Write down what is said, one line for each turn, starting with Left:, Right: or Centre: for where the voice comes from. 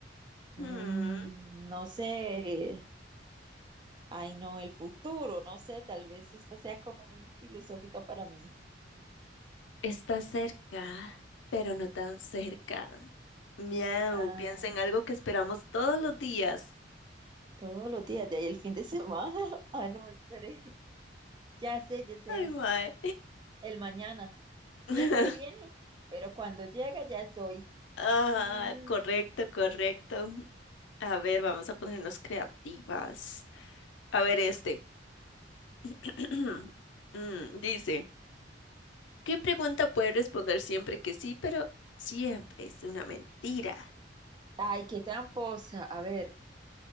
Right: Mm,
Left: Ujú.
Right: no sé, ay no, el futuro, no sé, tal vez esta sea como muy filosófica para mí.
Left: Está cerca, pero no tan cerca. Miau,
Right: Ah.
Left: piensa en algo que esperamos todos los días.
Right: Todos los días, de ahí el fin de semana. <laughs> Ah, no, espere Ya sé, ya sé.
Left: Ay, mae.
Right: El mañana. Siempre
Left: <laughs>
Right: viene, pero cuando llega ya es hoy.
Left: Ah,
Right: Mm,
Left: correcto, correcto. A ver, vamos a ponernos creativas. A ver, este. <clears throat> Mm, dice, ¿qué pregunta puede responder siempre que sí, pero siempre es una mentira?
Right: ay, qué tramposa. A ver,